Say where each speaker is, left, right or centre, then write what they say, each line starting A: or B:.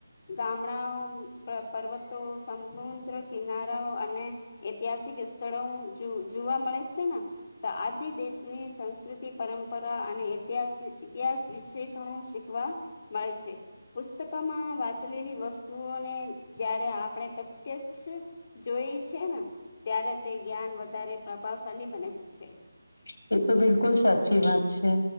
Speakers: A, on the left; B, on the left.
A: ગામડાઓ પર્વતો સમુદ્ર કિનારાઓ અને ઐતિહાસિક સ્થળો જોવા મળે છે ને તો આજ થી દેશની સંસ્કૃતિ પરંપરા અને ઇતિાસ ઇતિહાસ વિશે ઘણું શીખવા મળે છે પુસ્તકમાં વાચ ચલેલી વસ્તુઓને જયારે આપણે પ્રત્યક્ષ જોઈ છે ને ત્યારે તે જ્ઞાન વધારે પ્રભાવશાળલી બને છે
B: એ તો બિલકુલ સાચી વાત છે